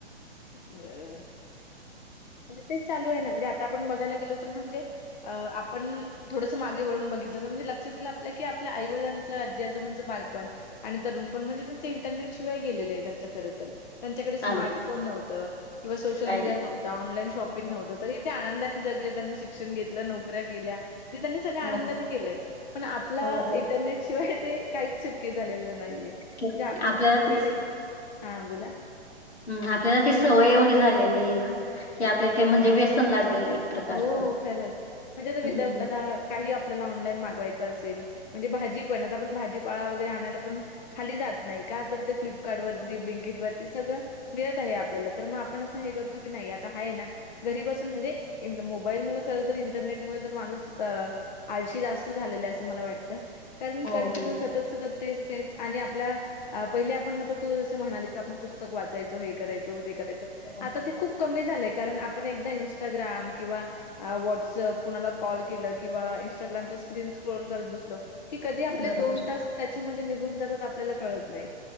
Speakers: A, on the left; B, on the left.
A: बरोबर म्हणज तेच चालू आहे ना म्हणजे आता आपण बघायला गेलो तर म्हणजे अ आपण, थोडंसं मागे वळून बघितलं तर म्हणजे लक्षातईलं आपल्या की आपल्या आई वडलांचंजी आजं म्हणचं बालपण आणि तरुण पण म्हणजे त्यांच इंटरनेट शिवाय गेलेले आहे त्यांं खर तर त्यांच्याकडे स्मार्टोन
B: अगदी
A: नव्हत किंवा सोशल
B: काय
A: मीडिया नव्हतं. ऑनलाईन शॉपिंग नव्हत तरी तेे आनंदाने जगले त्यांनी शिक्षण घेतलं नोकऱ्या केल्या ज त्यांनी सगळ आनंदाने
B: हो
A: केलंय पण आपला
B: हो हो
A: इंटरनेट शिवाय ते काहीच शक्य क्य झालेलं नाहीये
B: तेच
A: जे आपण
B: आपल्याला
A: बघायला
B: तीच
A: हा बोला.
B: हम आपल्याला ती सवय एवढी झालेली आहे ना की आपल्या ते म्हणजे व्यसन लागलेलं आहे. प्रकारचं
A: हो खरंच म्हणजे आता
B: हम्म
A: विदाऊट आता काही आपल्याला ऑनलाईन मागवायचं असेल. म्हणजे भाजी पण आता आपण भाजीपाळा वगैरे आणायला पण खाली जात नाही का ते फ्लप कार्ड वरती
B: हो
A: ब् लिंकिट वरती सगळं मिळत आहे आपल्याला तर मग आपण असं हे करतो की नाही आता आहे ना घरीबासून म्हणजे. मोबाईल मु खर तर इंटरनेट मु तर माणूस आळशी जास्त झालेला आहे असं मला वाटत. कारण
B: हो.
A: कंटिन्यू
B: हो
A: सतत सतत. तेच तेच आणि आपला पहिले आपण आता तू जस म्हणालीच आपण पुस्तक वाचायचो हे करायचो ते करायचो
B: हो.
A: आता ते खूप कमी झालय कारण आपण एकदा इंस्टाग्राम किंवा व्हॉटसअप कुणाला कॉल केलं किंवा इंस्टाग्रामच्या स्क्रीन स्क्रोल करत बसलो की कधी आपले
B: बरोबर
A: दोन तास त्याच्यामध्ये निघून जातात आपल्याला कळत नाही